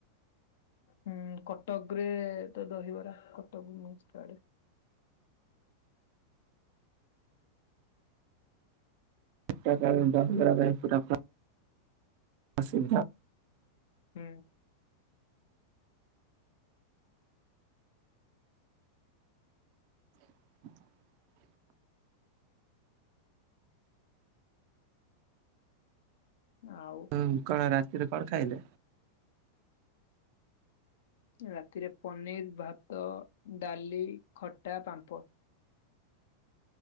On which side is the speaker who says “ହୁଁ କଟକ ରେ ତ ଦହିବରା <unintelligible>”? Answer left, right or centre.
Left